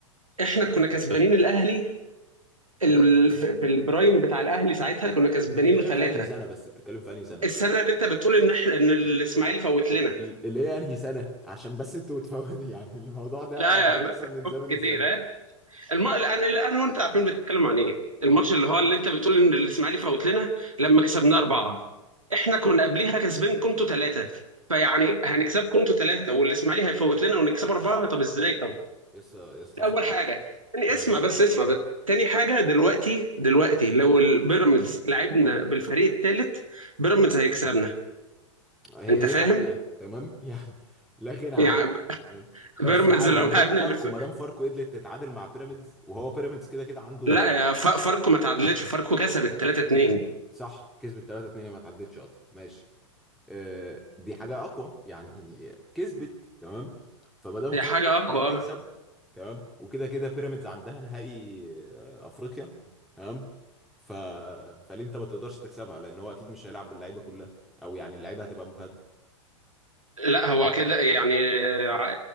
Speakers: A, on the right (about 85°); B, in the centre.
A: احنا كنا كسبانين الاهلي ال- في البرايم بتاع الاهلي ساعتها كنا كسبانينه
B: انت بتتكلم
A: ثلاثه
B: في انهي سنه بس بتتكلم في انهي سنه
A: السنه اللي انت بتقول ان احنا ان الاسماعيلي فوت لنا
B: ال- اللي هي انهي سنة عشان بس انتوا بتفوتوا <laughs> يعني الموضوع ده
A: لا يا
B: بيحصل
A: ب-
B: من زمن
A: كتير
B: الزمن
A: الم... الان اللي انا وانت عارفين بتتكلم عن ايه الماتش اللي هو اللي انت بتقول ان الاسماعيلي فوت لنا لما كسبنا اربعه احنا كنا قبليها كسبين كنتوا ثلاثه فيعني هنكسبكم انتوا ثلاثه والاسماعيلي هيفوت لنا ونكسب اربعه طب ازاي طب
B: يسطا يسطا
A: دي
B: فكك
A: اول حاجه تاني
B: آه.
A: اسمع بس اسمع بس
B: مم.
A: تاني حاجه دلوقتي دلوقتي لو البيراميدز لعبنا بالفريق الثالث بيراميدز هيكسبنا
B: هي
A: انت
B: دي
A: فاهم
B: حقيقة تمام <laughs> يعني لا غنى عنها
A: يعني
B: تمام بس
A: بيراميدز
B: عادي
A: لو
B: ما
A: لعبنا
B: دام فاركو
A: بالف...
B: ما دام فاركو قدرت تتعادل مع بيراميدز وهو بيراميدز كده كده عنده
A: لا يا ف- فاركو ما تعادلتش فاركو كسبت 3 2
B: صح كسبت 3 2 ما تعدتش اصلا ماشي آه، دي حاجة أقوى يعني كسبت تمام فما دام
A: هي
B: فاركو
A: حاجه اقوى
B: قدرت تكسب تمام وكده كده بيراميدز عندها نهائي آه، أفريقيا تمام ف... فليه أنت ما تقدرش تكسبها لأن هو أكيد مش هيلعب باللعيبة كلها أو يعني اللعيبة هتبقى مجهدة
A: لا هو كده يعني ع-